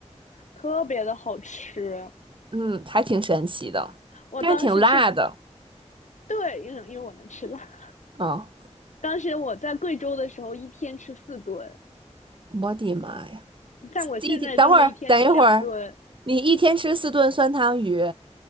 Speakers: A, on the left; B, on the right.
A: 特别的好吃。
B: 嗯，还挺神奇的，
A: 我当时去，
B: 但是挺辣的，
A: 对，因为因为我能吃辣，
B: 嗯，
A: 当时我在贵州的时候，一天吃四顿，
B: 我的妈呀！
A: 但我现在就是一天吃两顿，
B: 这一天，等会儿，等一会儿，你一天吃四顿酸汤鱼，